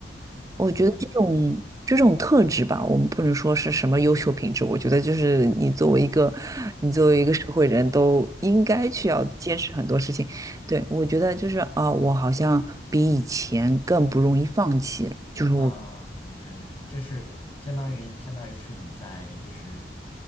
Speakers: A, on the right (about 20°); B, on the left (about 35°).
A: 我觉得这种这种特质吧，
B: 嗯
A: 我们不能说是什么优秀品质，我觉得就是你作为一个你作为一个社会人都应该去要坚持很多事情。对，我觉得就是啊，我好像比以前更不容易放弃了，就是我，
B: 啊啊啊！对对对，这是相当于相当于是你在就是